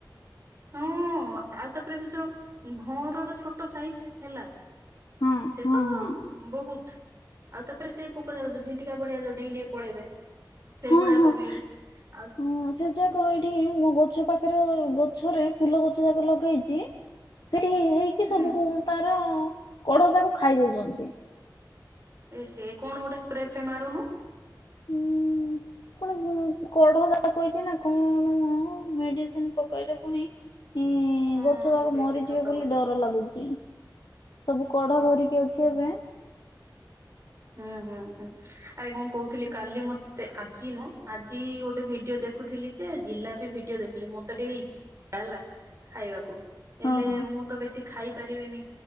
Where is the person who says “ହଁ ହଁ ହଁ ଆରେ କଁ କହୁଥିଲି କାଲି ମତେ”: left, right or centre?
Right